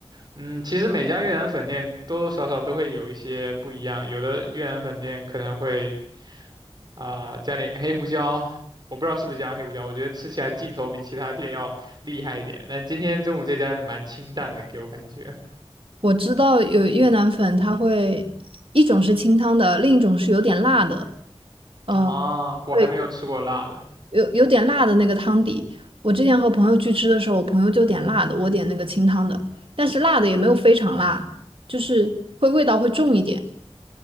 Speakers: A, on the right; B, on the right.
A: 嗯，其实每家越南粉店多多少少都会有一些不一样，有的越南粉店可能会啊、加点黑胡椒，我不知道是不是加黑胡椒，我觉得吃起来劲头比其他店要厉害一点。但今天中午这家也蛮清淡的，给我感觉。
B: 我知道有越南粉，它会一种是清汤的，另一种是有点辣的。呃，
A: 啊，我还没有吃过辣的。
B: 对，有有点辣的那个汤底。我之前和朋友去吃的时候，我朋友就点辣的，我点那个清汤的，但是辣的也没有非常辣，就是会味道会重一点，